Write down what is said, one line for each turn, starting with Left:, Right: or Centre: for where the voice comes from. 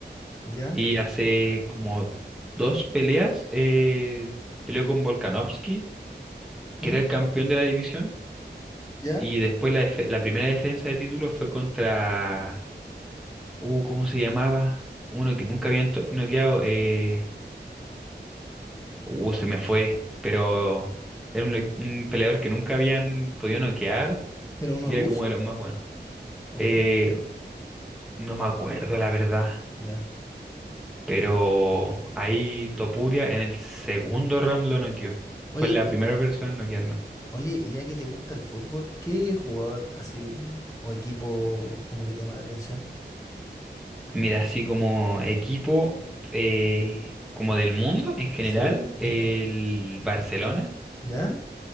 Left: ¿ya?
Centre: Y hace como dos peleas eh, peleó con Volkanovski,
Left: ¿Mm?
Centre: que era el campeón de la división.
Left: ¿Ya?
Centre: Y después la, def- la primera defensa de título fue contra... Uh, ¿cómo se llamaba? Uno que nunca habían to- noqueado. Eh... Uh, se me fue. Pero era un, lo- un peleador que nunca habían podido noquear
Left: ¿Pero uno
Centre: y
Left: ruso?
Centre: era como de los más buenos.
Left: ¿O
Centre: Eh,
Left: no?
Centre: no me acuerdo, la verdad.
Left: Ya.
Centre: Pero ahí Topuria en el segundo round lo noqueó.
Left: Oye,
Centre: Fue la primera persona en noquearlo.
Left: Oye, y ya que te gusta el fútbol, ¿qué jugador así o equipo como que te llama la atención?
Centre: Mira, así como equipo, eh, como del mundo en general,
Left: Sí, en
Centre: el
Left: general.
Centre: Barcelona.
Left: ¿Ya?